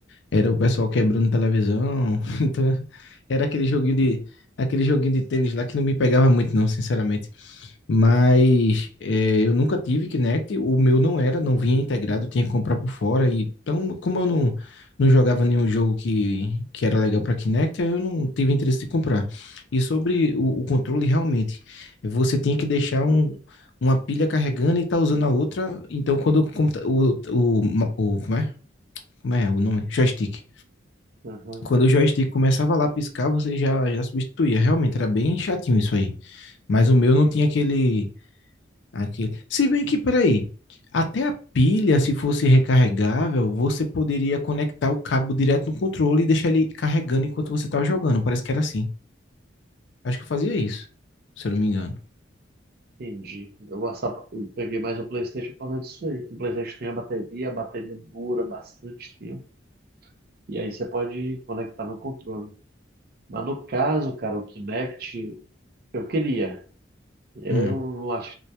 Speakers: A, on the left; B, on the right.
A: Era o pessoal quebrando televisão. <laughs> Então, era aquele joguinho de aquele joguinho de tênis lá que não me pegava muito, não, sinceramente. Mas
B: <laughs>
A: eh, eu nunca tive Kinect, o meu não era, não vinha integrado, tinha que comprar por fora. E, então, como eu não, não jogava nenhum jogo que, que era legal para Kinect, aí eu não tive interesse de comprar. E sobre o, o controle, realmente, você tinha que deixar um, uma pilha carregando e tá usando a outra. Então, quando o, computa- o, o, o como é? Como é o nome? Joystick.
B: Aham,
A: Quando o joystick começava lá a piscar, você já, já substituía. Realmente era bem chatinho isso aí. Mas o meu não tinha aquele, aquele. Se bem que, peraí, até a pilha, se fosse recarregável, você poderia conectar o cabo direto no controle e deixar ele carregando enquanto você estava jogando. Parece que era assim. Acho que eu fazia isso, se eu não me engano.
B: entendi. Eu gostava, eu peguei mais o PlayStation por causa disso aí. que O PlayStation tem a bateria, a bateria dura bastante tempo. E aí você pode conectar no controle. Mas no caso, cara, o Kinect, eu queria. Eu
A: Hum.
B: não acho,